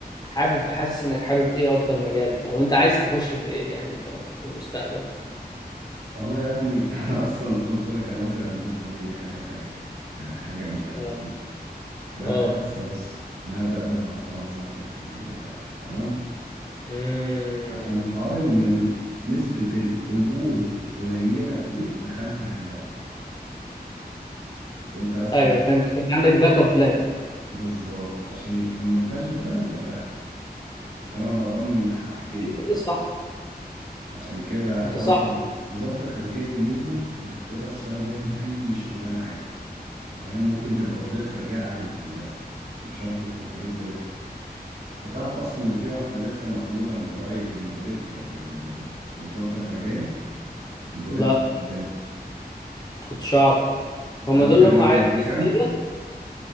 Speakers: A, on the left; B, on the right.
A: حابب حاسس انك حابب ايه اكتر مجال او انت عايز تخش في ايه يعني في المستقبل
B: والله يا ابني <laughs> أنا أصلا قلت لك أنا واخد هندسة دي حاجة سكن يعني حاجة مش أساسية
A: اه
B: أنا
A: اه
B: واخد لسه بص أنا عايز أقدم على حوار وزارة الخارجية ده تمام
A: امم
B: عشان حوار ان ال- نسبة القبول قليلة فيه دخلت هندسة بس انت اصلا
A: ايوه فهمت انت عندك باك اب بلان
B: بالظبط عشان يبقى منفعش في ده يبقى ده فانا ببقى ضامن حاجتين
A: انت صح
B: عش- عشان كده حوار
A: انت صح
B: وزارة الخارجية الميزة انك تقدر تشتغل بيها من اي شغلانة عادي أنت فاهم ممكن تبقى وزير خارجية عادي من هندسة مش شرط تكون خريج بوليتيكا انت تعرف اصلا ان في واحدة
A: آه.
B: لسه مقبولة من قريب من بوليتيكا في في وزارة الخارجية بوليتيكا
A: لا
B: عندنا
A: كنتش اعرف
B: انت
A: هم
B: عارف
A: دول
B: جايبة
A: لما
B: جي
A: عينوا
B: بي
A: ناس
B: كام؟
A: جديده